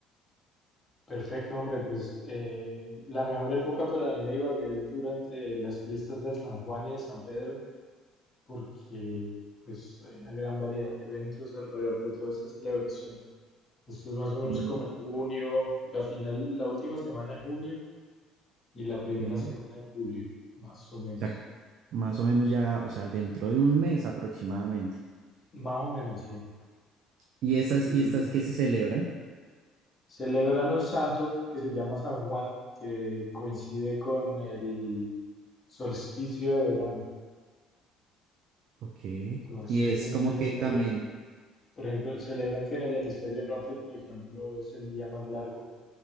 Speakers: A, on the left; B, on the right.
A: Perfecto, hombre, pues eh, la mejor época para venir a Ibagué es durante las fiestas del San Juan y del San Pedro, porque pues hay una gran variedad de eventos alrededor de toda esta celebración. Esto es más o menos
B: Mm,
A: como en junio, la final, la última semana de junio y la primera
B: eh,
A: semana
B: o
A: de julio, más o menos.
B: sea, más o menos ya, o sea, dentro de un mes aproximadamente.
A: Más o menos, sí.
B: Y esas
A: Y
B: fiestas que se celebran,
A: celebran un santo que se llama San Juan, que coincide con el solsticio de verano.
B: ok,
A: Entonces,
B: y es
A: en
B: como
A: el hemisferio,
B: que también...
A: por ejemplo, celebran que en el hemisferio norte, por ejemplo, es el día más largo